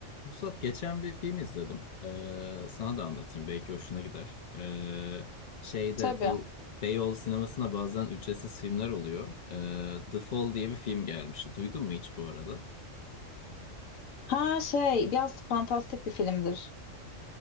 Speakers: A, on the left; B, on the left.
A: Vuslat geçen bir film izledim. Ee, sana da anlatayım belki hoşuna gider. Ee, şeyde
B: Tabii.
A: bu Beyoğlu sinemasına bazen ücretsiz filmler oluyor. Ee, The Fall diye bir film gelmişti. Duydun mu hiç bu arada?
B: Ha şey biraz fantastik bir filmdir.